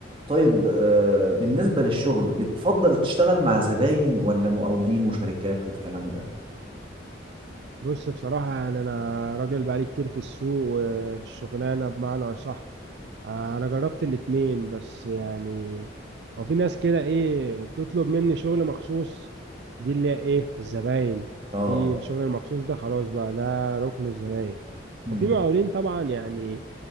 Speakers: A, on the right (about 25°); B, on the right (about 60°).
A: طيب آه، بالنسبة للشغل بتفضل تشتغل مع زباين ولا مقاولين وشركات والكلام ده
B: بص بصراحة يعني أنا راجل بقالي كتير في السوق وفي الشغلانة بمعنى أصح آه، انا جربت الاتنين بس يعني هو في ناس كده ايه بتطلب مني شغل مخصوص دي اللي هي ايه الزباين
A: اه
B: دي الشغل المخصوص ده خلاص بقى ده ركن الزباين
A: امم
B: وفي مقاولين طبعا يعني